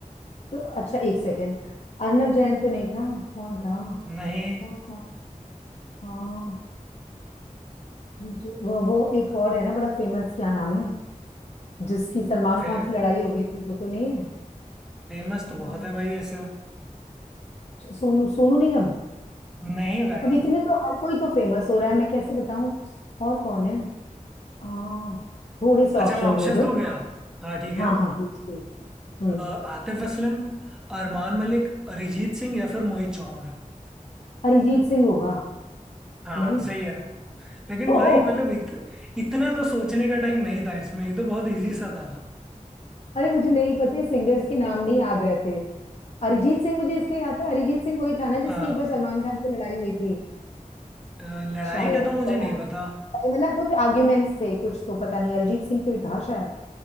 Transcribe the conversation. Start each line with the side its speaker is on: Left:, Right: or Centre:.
Left: तो अच्छा एक सेकेंड अर्णव जैन तो नहीं था कौन था
Centre: नहीं
Left: कौन कौन हाँ मुझे वो, वो एक और है ना बड़ा फेमस क्या नाम है जिसकी सलमान
Centre: अब फे,
Left: खान से लड़ाई हो गई थी वो तो नहीं है
Centre: फेमस तो बहुत
Left: हाँ
Centre: है भाई ऐसे
Left: सोनू सोनू निगम
Centre: नहीं भाई
Left: अब इतने तो हर कोई तो फेमस हो रहा है मैं कैसे बताऊं और कौन है हाँ थोड़े से ऑप्शंस
Centre: अच्छा मैं ऑप्शंस
Left: दे दो
Centre: दूँ क्या हाँ ठीक है
Left: हाँ हाँ प्लीज प्लीज हम्म
Centre: अ, आतिफ असलम अरमान मलिक अरिजीत सिंह या फिर मोहित चौहान
Left: अरिजीत सिंह होगा
Centre: हाँ
Left: नहीं
Centre: सही है लेकिन
Left: ओह,
Centre: भाई मतलब इत, इतना तो सोचने का टाइम नहीं था इसमें ये तो बहुत इजी सा था
Left: अरे मुझे नहीं पता सिंगर्स के नाम नहीं याद रहते अरिजीत सिंह मुझे इसलिए याद था अरिजीत सिंह वही था ना जिसकी
Centre: हाँ
Left: एक बार सलमान खान से लड़ाई हुई थी
Centre: अ, लड़ाई
Left: शायद
Centre: का तो मुझे
Left: पता
Centre: नहीं
Left: नहीं पता
Centre: पता
Left: नहीं, मतलब कुछ आर्ग्यूमेंट्स थे कुछ तो पता नहीं अरिजीत सिंह तो ही था शायद